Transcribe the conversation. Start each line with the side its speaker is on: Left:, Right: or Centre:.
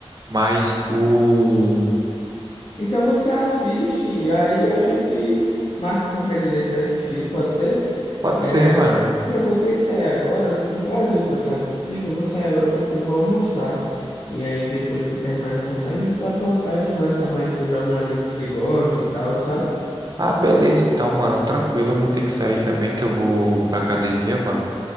Right: Mas o.
Left: Então você assiste e aí a gente marca qualquer dia desse de assistir, pode ser?
Right: Pode
Left: É,
Right: ser, mano.
Left: olha, eu vou ter que sair agora. Foi um prazer conversar contigo. Eu vou sair agora porque eu vou almoçar. E aí, depois que eu terminar de almoçar, a gente pode voltar e conversar mais sobre algum anime que você gosta e tal, sabe?
Right: Ah, beleza, então, mano. Tranquilo, eu vou ter que sair também, que eu vou pra academia, mano.